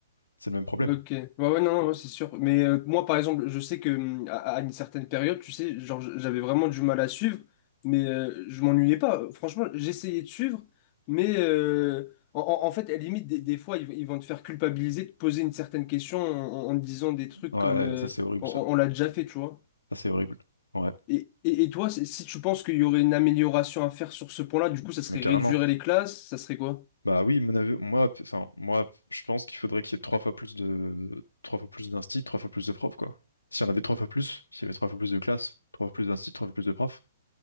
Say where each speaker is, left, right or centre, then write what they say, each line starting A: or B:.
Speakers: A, on the left; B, on the left.
A: C'est le même problème.
B: Ok, ouais, ouais, non, ouais, c'est sûr. Mais euh, moi, par exemple, je sais que hum, à, à une certaine période, tu sais, genre, j- j'avais vraiment du mal à suivre, mais euh, je m'ennuyais pas. Franchement, j'essayais de suivre, mais euh, en, en- en fait, à la limite, des, des fois, ils, vont ils vont te faire culpabiliser de poser une certaine question en, en- en disant des trucs
A: Ouais,
B: comme euh,
A: ça c'est horrible
B: on,
A: ça.
B: on- on l'a déjà fait, tu vois.
A: Ça c'est horrible. Ouais,
B: Et, et, et toi, si si tu penses qu'il y aurait une amélioration à faire sur ce point-là, du coup, ça serait
A: mais carrément.
B: réduire les classes, ça serait quoi?
A: Bah oui, mon avis- moi, p- enfin, moi, p- je pense qu'il faudrait qu'il y ait trois fois plus de, trois fois plus d'instit, trois fois plus de profs, quoi. Si on avait trois fois plus, s'il y avait trois fois plus de classes, trois fois plus d'instit, trois fois plus de profs,